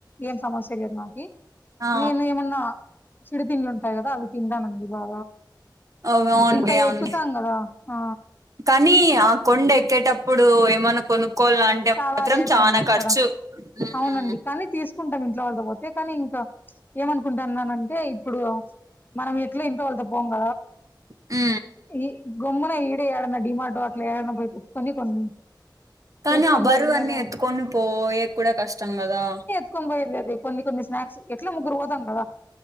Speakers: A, on the left (about 25°); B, on the right (about 45°).
A: ఏం సమస్య లేదు నాకి
B: ఆ
A: నేను ఏమన్నా చిడు తిండ్లుంటాయి కదా అవి తిండానడి బా
B: అవ్ అవునులే
A: ఇంకా
B: అవునులే
A: ఎక్కుతాం కదా ఆ
B: కానీ ఆ కొండ ఎక్కేటప్పుడు ఏమన్నా కొనుక్కోాల అంటే
A: చాలా
B: మాత్రం
A: రేట్లండి
B: చానా
A: అక్కడ
B: ఖర్చు హ్మ్
A: అవునండి కానీ తీసుకు కుంటాం ఇంట్లో వాళ్ళద పోతే కానీ ఇంకా ఏమనుకుంటున్నానంటే ఇప్పుడు మనం ఎట్లా ఇంటి వాళ్ళత పోంగ
B: ఉ
A: ఈ గమ్మున ఈడే ఏడన్నా డిమాటో అట్లా ఏడన్నా పోయి పెట్టుకొని కొన్ని
B: కానీ
A: ఎత్తుకొని
B: ఆ బరువు
A: పోయేది మేలేమో
B: అన్నిీ ఎత్తుకొని పోయే కూడా కష్టం కదా
A: ని పోయర్లేదు కొన్ని స్నాక్స్ ఎట్లా ముగగు పోాం కదా